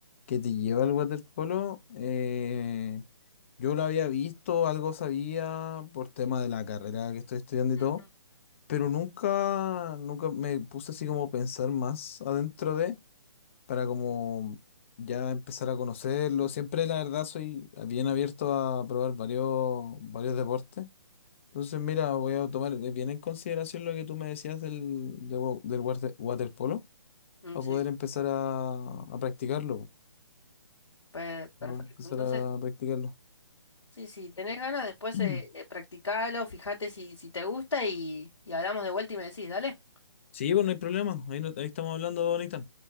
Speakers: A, on the left; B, on the left.
A: que te lleva al waterpolo. Eh, yo lo había visto, algo sabía por tema de la carrera que estoy estudiando
B: Ujú.
A: y todo, pero nunca, nunca me puse así como a pensar más adentro de, para como ya empezar a conocerlo. Siempre, la verdad, soy bien abierto a probar varios, varios deportes. Entonces, mira, voy a tomar bien en consideración lo que tú me decías del, de wa- del water- waterpolo
B: Mm,
A: para
B: Sí,
A: poder empezar a, a practicarlo. po.
B: pe- perfecto.
A: Para empezar
B: Entonces...
A: a practicarlo.
B: Sí, si tenés ganas, después
A: <clears throat>
B: eh, eh, practicalo, fíjate si, si te gusta y, y hablamos de vuelta y me decís, dale.
A: Sí, pues no hay problema. Ahí, no- ahí estamos hablando, Bonita.